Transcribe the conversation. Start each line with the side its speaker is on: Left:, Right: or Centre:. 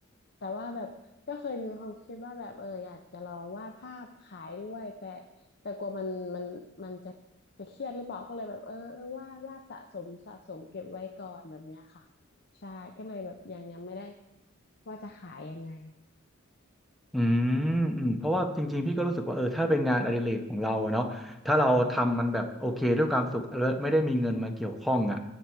Left: แต่ว่าแบบก็เคยมีความคิดว่าแบบเอออยากจะลองวาดภาพขายด้วยแต่แต่กลัวมันมันมันจะจะเครียดหรือเปล่าก็เลยแบบเออเออวาดวาดสะสมสะสมเก็บไว้ก่อนแบบเนี้ยค่ะใช่ก็เลยแบบยังยังไม่ได้ว่าจะขายยังไง
Centre: อืมอืมเพราะว่าจริงๆพี่ก็รู้สึกว่าเออถ้าเป็นงานอดิเรกของเราอะเนาะถ้าเราทำมันแบบโอเคด้วยความสุขแล้วไม่ได้มีเงินมาเกี่ยวข้องอ่ะ